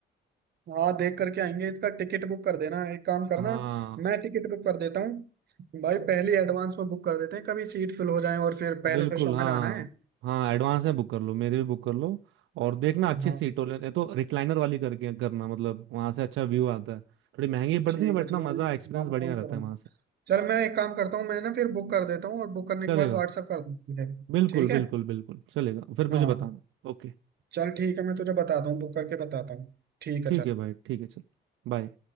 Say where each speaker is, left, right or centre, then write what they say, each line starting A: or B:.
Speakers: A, on the right; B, on the right.
A: हाँ देख करके आएंगे इसका टिकट बुक कर देना एक काम करना
B: हाँ
A: मैं टिकट बुक कर देता हूँ भाई पहले एडवांस में बुक कर देते हैं कभी सीट फिल हो जाए और फिर पहले
B: बिल्कुल
A: शो में
B: हाँ
A: जाना है
B: हाँ एडवांस में बुक कर लो मेरे भी बुक कर लो और देखना अच्छी
A: हाँ
B: सीट हो लेने तो रिक्लाइनर वाली करके करना मतलब वहां से अच्छा व्यू आता है थोड़ी महंगी पड़ती
A: ठीक
B: है बट
A: है चलो
B: ना
A: वही
B: मजा एक्सपीरियंस
A: मामू
B: बढ़िया
A: वही
B: रहता
A: करो
B: है वहां से
A: चल मैं एक काम करता हूँ मैं ना फिर बुक कर देता हूँ और बुक करने के
B: चलेगा
A: बाद व्हाट्सअप कर दूँ तुझे
B: बिल्कुल
A: ठीक है
B: बिल्कुल बिल्कुल चलेगा फिर
A: हाँ
B: मुझे बताना ओके
A: चल ठीक है मैं तुझे बताता हूँ बुक करके बताता हूँ ठीक
B: ठीक
A: है चल
B: है भाई ठीक है चल बाय